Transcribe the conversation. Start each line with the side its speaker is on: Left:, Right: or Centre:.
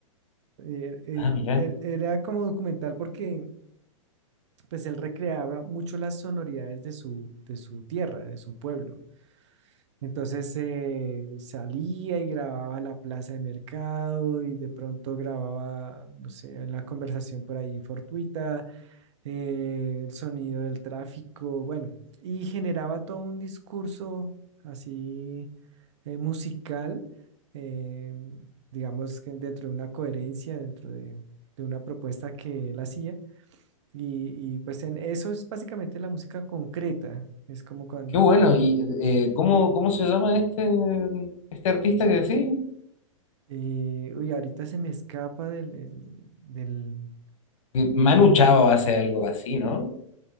Right: Eh, eh,
Left: Ah, mira,
Right: er- era como documental porque pues él recreaba mucho las sonoridades de su, de su tierra, de su pueblo. Entonces eh, salía y grababa la plaza de mercado y de pronto grababa, no sé, una conversación por ahí fortuita, eh, el sonido del tráfico, bueno, y generaba todo un discurso así eh, musical, eh, digamos que dentro de una coherencia, dentro de, de una propuesta que él hacía. Y, y pues en eso es básicamente la música concreta. Es como cuando
Left: qué bueno.
Right: tú
Left: ¿Y eh, cómo, cómo se llama este, este artista que decís?
Right: Eh, uy, ahorita se me escapa del, eh, del...
Left: Que Manu Chao hace algo así, ¿no?